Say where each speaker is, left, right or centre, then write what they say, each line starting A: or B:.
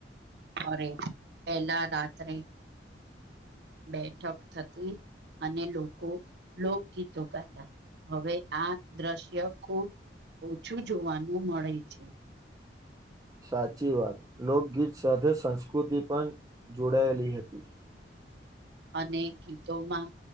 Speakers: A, on the right; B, on the right.
A: અરે પહેલા રાત્રે બેઠક થતી અને લોકો લોકગીતો ગાતા હવે આ દ્રશ્ય ખૂબ ઓછું જોવાનું મળે છે
B: સાચી વાત લોકગીત સાથે સંસ્કૃતિ પણ જોડાયેલી હતી.
A: અને ગીતોમાં